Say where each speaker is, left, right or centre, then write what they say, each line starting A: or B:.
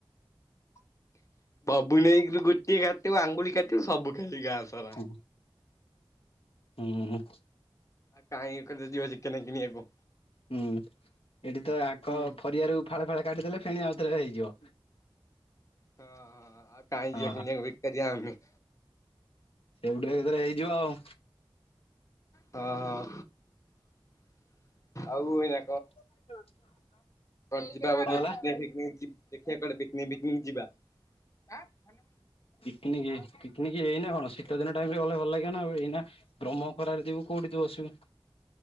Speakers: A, on the left; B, on the left.
A: ହ ବବୁ ନାଇକରୁ ଗୋଟିଏ ଖାବୁ ଆଙ୍ଗୁଳି ଖାଥିବୁ ସବୁ ଖାଲି ଗାଁ ସରା
B: ହୁଁ ହୁଁ।
A: ଆ କହି ବେକାର ଯିବା ଚିକେନ୍ କିଣିବାକୁ
B: ହୁଁ ଏଠି ତ ଆଙ୍କ
A: ହୁଁ
B: ପରଆରୁ ଫାଳେ ଫାଳେ କାଟିଦେଲେ ଫେଣି ଆଉ। ହେଇଯିବ।
A: ହଁ ହଁ ଆଉ କାଇ
B: ହଁ
A: ଯିବା କିଣିବାକୁ ବେକାରୀଆ ଆମେ।
B: ସେଗଠିକଆ କେଥରେ ହେଇଯିବ ଆଉ।
A: ହଁ ହଁ ଆଉ ଏନା
B: <inaudible>
A: ଯିବା କୁଆଡ଼େ
B: କଣ ହେଲା?
A: ପିକିନିକୀ ଫିକିନିକି ଯି ଦେଖିବାକ କୁଆଡ଼େ ପିକିନୀକି ଫିକିନିକୀ ଯିବା। ଆ ଭନ୍ୟ
B: ପିକନିକ ପିକିନିକି ଏଇନା କଣ ଶୀତ ଦିନ ଟାଇମ ରେ ଗଲେ ଭଲ ଲାଗିବ ନା ଏଇନା ବ୍ରହ୍ମ ଖରାରେ ଯିବୁ। କୋଉଠି ତୁ ବସିବ